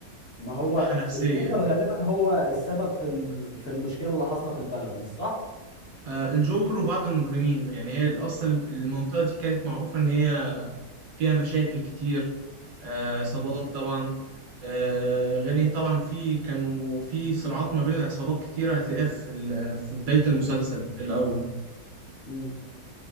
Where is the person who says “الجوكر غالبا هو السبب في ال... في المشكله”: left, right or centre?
Left